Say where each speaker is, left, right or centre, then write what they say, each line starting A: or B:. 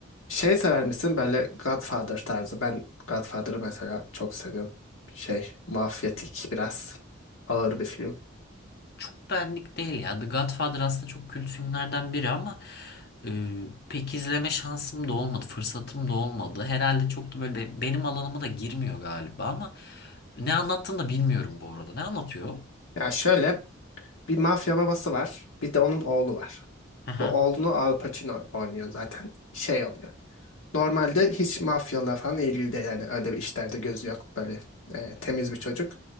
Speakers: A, on the left (about 85°); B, on the left (about 50°).
A: Şey sever misin böyle Godfather tarzı? Ben Godfather'ı mesela çok seviyorum. Şey, mafyatik biraz ağır bir film.
B: çok benlik değil ya. The Godfather aslında çok kült filmlerden biri ama e, pek izleme şansım da olmadı, fırsatım da olmadı. Herhalde çok da böyle be- benim alanıma da girmiyor galiba ama ne anlattığını da bilmiyorum bu arada. Ne anlatıyor?
A: Ya şöyle bir mafya babası var, bir de onun oğlu var.
B: Aha,
A: Bu oğlunu Al Pacino oynuyor zaten. Şey oluyor. Normalde hiç mafyalar falan ilgili değil yani öyle bir işlerde gözü yok böyle e, temiz bir çocuk.